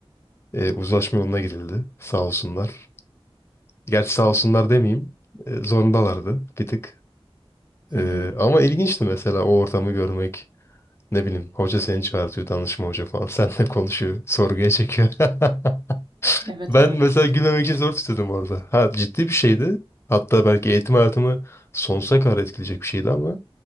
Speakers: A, on the left (about 25°); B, on the right (about 50°).
A: E, uzlaşma yoluna girildi. Sağ olsunlar. Gerçi sağ olsunlar demeyeyim. E, zorundalardı bir tık.
B: Hı
A: E,
B: hı.
A: ama ilginçti mesela o ortamı görmek. Ne bileyim hoca seni çağırtıyor danışma hoca falan. <laughs> Seninle konuşuyor. Sorguya çekiyor. <laughs>
B: Evet
A: Ben
B: evet.
A: mesela gülmemek için zor tutuyordum orada. Ha ciddi bir şeydi. Hatta belki eğitim hayatımı sonsuza kadar etkileyecek bir şeydi ama.